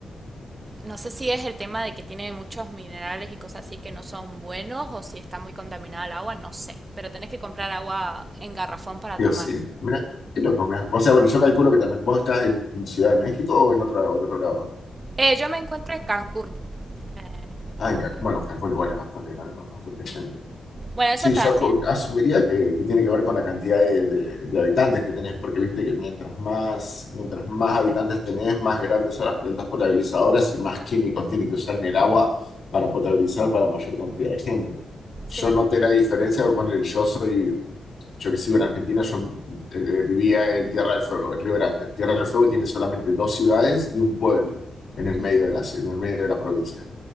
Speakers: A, on the right; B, on the left.
A: No sé si es el tema de que tiene muchos minerales y cosas así que no son buenos o si está muy contaminada el agua, no sé. Pero tenés que comprar agua en garrafón para
B: Dios
A: tomar.
B: sí. Mira, ¿qué loco, mirá. O sea, bueno, yo calculo que también vos estás en Ciudad de México o en otro, en otro lado.
A: Eh, yo me encuentro en Cancún. eh,
B: Ah, en
A: actualmente,
B: Cancún. Bueno, Cancún
A: sí.
B: igual es bastante enorme, bastante gente.
A: Bueno, eso
B: Sí,
A: también.
B: yo acu- asumiría que, que tiene que ver con la cantidad de, de- de habitantes que tenés, porque viste que mientras más, mientras más habitantes tenés, más grandes son las plantas potabilizadoras y más químicos tienen que usar en el agua para potabilizar para mayor cantidad de gente. Yo
A: Sí.
B: noté la diferencia, voy a poner, yo soy, yo que sigo en Argentina, yo eh, eh, vivía en Tierra del Fuego, en Río Grande. Tierra del Fuego tiene solamente dos ciudades y un pueblo en el medio
A: Ujú.
B: de la, ci- en el medio de la provincia.